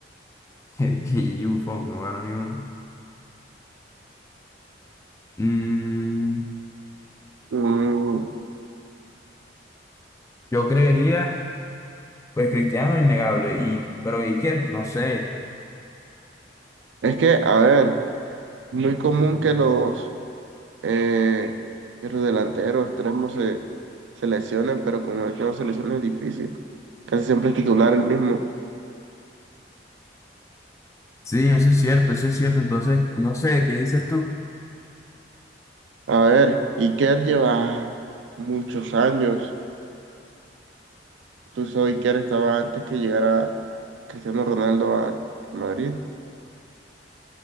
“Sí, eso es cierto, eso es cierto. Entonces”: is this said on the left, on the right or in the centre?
Left